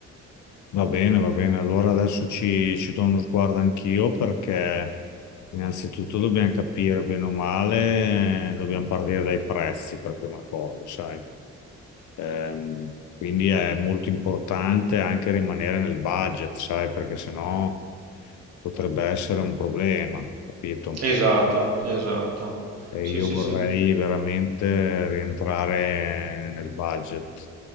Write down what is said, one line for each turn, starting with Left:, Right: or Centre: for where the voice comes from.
Left: va bene, va bene. Allora adesso ci, ci do uno sguardo anch'io perché innanzitutto dobbiamo capire bene o male, eh, dobbiamo partire dai prezzi per prima cosa, sai? Ehm, quindi è molto importante anche rimanere nel budget, sai, perché sennò potrebbe essere un problema, capito?
Right: Esatto, esatto.
Left: E
Right: Sì,
Left: io
Right: sì,
Left: vorrei
Right: sì.
Left: veramente rientrare nel budget.